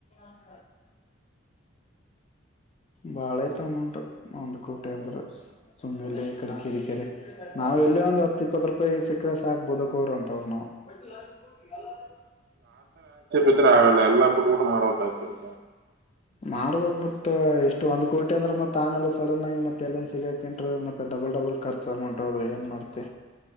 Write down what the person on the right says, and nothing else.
ಇದ್ರೆ ಆಗಲ್ಲ ಎಲ್ಲ ಬಿಟ್ಟ ಬಿಟ್ಟ ಮಾಡ್ಬಕ ಅಕ್ಕತಿ